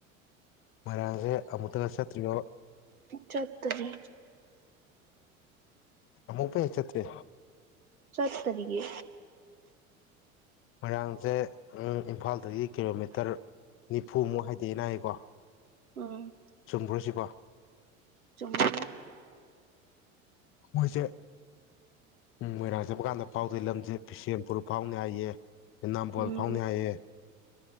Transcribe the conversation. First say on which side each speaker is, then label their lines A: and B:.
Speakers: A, on the left; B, on the right.
A: ꯃꯣꯢꯔꯥꯡꯁꯦ ꯑꯃꯨꯛꯇꯒ ꯆꯠꯇ꯭ꯔꯤꯕꯣ
B: ꯆꯠꯇꯥꯔꯤ
A: ꯑꯃꯨꯛ ꯐꯥꯎ ꯆꯠꯇ꯭ꯔꯤ
B: ꯆꯠ ꯇꯥꯔꯤꯌꯦ
A: ꯃꯣꯏꯔꯥꯡꯁꯦ ꯏꯝꯐꯥꯜꯗꯒꯤ ꯀꯤꯂꯣꯃꯤꯇꯔ ꯅꯤꯐꯨꯃꯨꯛ ꯍꯥꯏꯗꯩꯢꯅ ꯍꯥꯏꯌꯦꯀꯣ
B: ꯑꯝ
A: ꯆꯨꯝꯕ꯭ꯔꯣꯁꯤꯕꯣ
B: ꯆꯨꯝꯃꯦ
A: ꯃꯣꯏꯁꯦ ꯎꯝ ꯃꯣꯏꯔꯥꯡ ꯆꯠꯄ ꯀꯥꯟꯗ ꯐꯥꯎꯗꯣꯏ ꯂꯝꯁꯦ ꯕꯤꯁꯦꯝꯄꯨꯔ ꯐꯥꯎꯅꯤ ꯍꯥꯏꯌꯦ ꯅꯝꯕꯣꯜ
B: ꯎꯝ
A: ꯐꯥꯎꯅꯤ ꯍꯥꯏꯑꯦ